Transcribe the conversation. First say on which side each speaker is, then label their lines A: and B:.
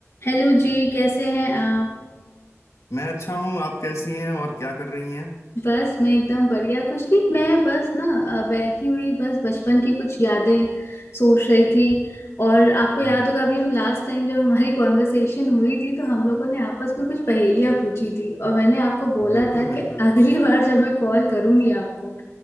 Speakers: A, on the left; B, on the left.
A: हेलो जी कैसे हैं आप
B: मैं अच्छा हूँ आप कैसी हैं और क्या कर रही हैं
A: बस मैं एकदम बढ़िया कुछ नहीं मैं बस ना अ, बैठी हुई बस बचपन की कुछ यादें सोच रही थी और आपको याद
B: हम्म,
A: होगा अभी हम लास्ट टाइम जब हमारी <laughs> कॉन्वर्सेशन हुई थी तो हम लोगों ने आपस में कुछ पहेलियां पूछी थी और मैंने आपको बोला
B: बिल्कुल
A: था
B: बिल्कुल
A: कि अगली <laughs> बार जब मैं कॉल करूंगी आपको